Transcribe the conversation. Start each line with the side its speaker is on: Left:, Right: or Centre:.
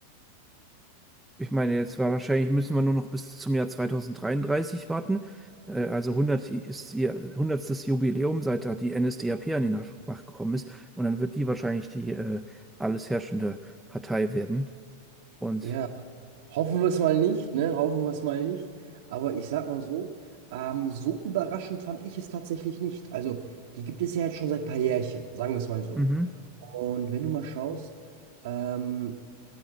Centre: ich meine, jetzt war wahrscheinlich müssen wir nur noch bis zum Jahr 2033 warten. Äh, also 100 ist ihr 100. Jubiläum, seit da die NSDAP an die Macht gekommen ist. Und dann wird die wahrscheinlich die äh, alles herrschende Partei werden. Und
Right: Ja, hoffen wir es mal nicht, ne? Hoffen wir es mal nicht. Aber ich sag mal so, ähm, so überraschend fand ich es tatsächlich nicht. Also, die gibt es ja jetzt schon seit ein paar Jährchen, sagen wir es mal so.
Centre: mhm.
Right: Und wenn du mal schaust, ähm,